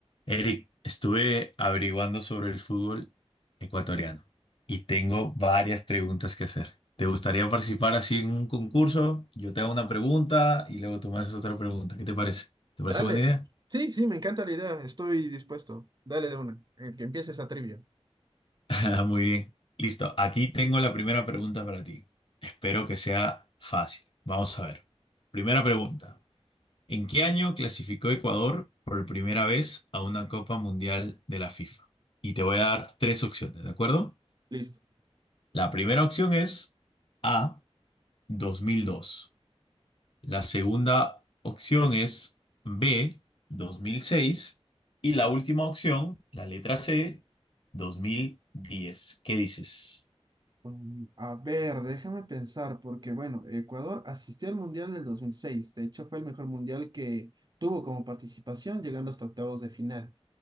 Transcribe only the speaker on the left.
Eric, estuve averiguando sobre el fútbol ecuatoriano y tengo varias preguntas que hacer. ¿Te gustaría participar así en un concurso? Yo te hago una pregunta y luego tú me haces otra pregunta. ¿Qué te parece? ¿Te
parece buena idea?
<laughs> Muy bien. Listo. Aquí tengo la primera pregunta para ti. Espero que sea fácil. Vamos a ver. Primera pregunta. ¿En qué año clasificó Ecuador por primera vez a una Copa Mundial de la FIFA? Y te voy a dar tres opciones, ¿de acuerdo?
La primera opción es A, dos mil dos, La segunda opción es B, dos mil seis Y la última opción, la letra C, 2010. ¿Qué dices?